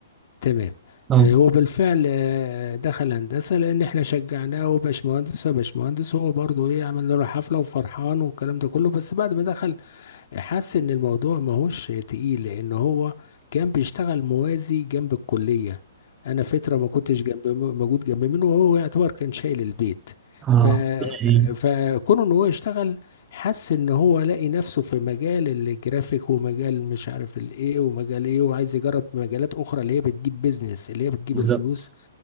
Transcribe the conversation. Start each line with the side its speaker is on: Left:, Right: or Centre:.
Left: تمام
Right: اه
Left: آه، هو بالفعل آه، دخل هندسه لان احنا شجعناه وباشمهندس باشمهندس هو برضو ايه عملنا له حفله وفرحان والكلام ده كله بس بعد ما دخل حس ان الموضوع ماهوش تقيل لان هو كان بيشتغل موازي جنب الكلية انا فترة ما كنتش جنب موجود جنب منه وهو يعتبر كان شايل البيت
Right: اه
Left: ف...
Right: صحيح
Left: فكون ان هو يشتغل حس ان هو لاقي نفسه في مجال الجرافيك ومجال مش عارف الايه ومجال ايه وعايز يجرب مجالات اخرى اللي هي بتجيب بيزنس اللي هي بتجيب
Right: بالظبط
Left: الفلوس